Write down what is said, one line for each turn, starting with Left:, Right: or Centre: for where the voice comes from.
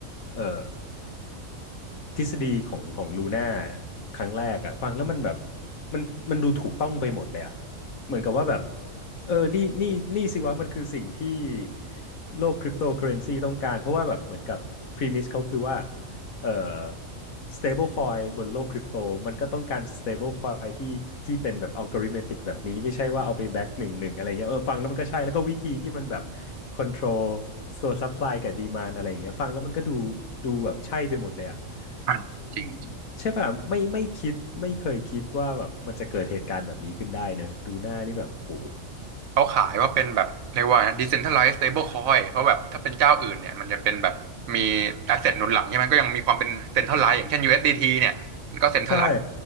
Left: เอ่อทฤษฎีของของลูน่าครั้งแรกอะฟังแล้วมันแบบมันมันดูถูกต้องไปหมดเลยอะเหมือนกับว่าแบบเออนี่นี่นี่สิวะมันคือสิ่งที่โลกคริปโตเคอเรนซีต้องการเพราะว่าแบบเหมือนกับพรีมิสเขาคือว่า เอ่อ stable coin บนโลกคริปโตมันก็ต้องการ stable coin ที่ที่เป็นแบบ algorithmic แบบนี้ไม่ใช่ว่าเอาไปแบ็กหนึ่งหนึ่งอะไรเงี้ยเออฟังแล้วมันก็ใช่แล้วก็วิธีที่มันแบบ control ตัว supply กับ demand อะไรอย่างเงี้ยฟังแล้วมันก็ดูดูแบบใช่ไปหมดเลยอ่ะ
Right: ใช่จริง
Left: อืมใช่ป่ะไม่ไม่คิดไม่เคยคิดว่าแบบมันจะเกิดเหตุการณ์แบบนี้ขึ้นได้เนอะดูหน้านี่แบบโอ้โห
Right: เขาขายว่าเป็นแบบเรียกว่าไง decentralized stablecoin เพราะแบบถ้าเป็นเจ้าอื่นเนี่ยมันจะเป็นแบบมี asset หนุนหลังใช่ไหมก็ยังมีความเป็น centralized อย่างเช่น USDT เอสดีทีเนี่ยมันก็ centralized
Left: ใช่